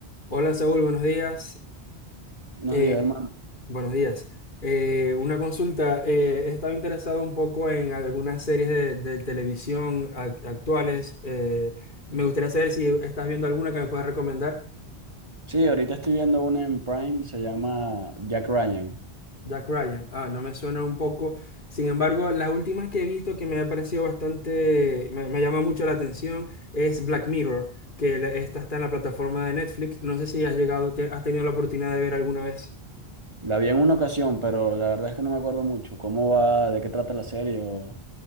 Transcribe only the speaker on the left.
Hola Saúl, buenos días.
Eh,
buenos días. Eh, una consulta. eh, he estado interesado un poco en algunas series de, de televisión ac- actuales. eh, me gustaría saber si estás viendo alguna que me puedas recomendar.
Jack Ryan. Ah, no me suena un poco. Sin embargo, las últimas que he visto que me ha parecido bastante, me, me llama mucho la atención es Black Mirror, que la- esta está en la plataforma de Netflix. No sé si has llegado, te- has tenido la oportunidad de ver alguna vez.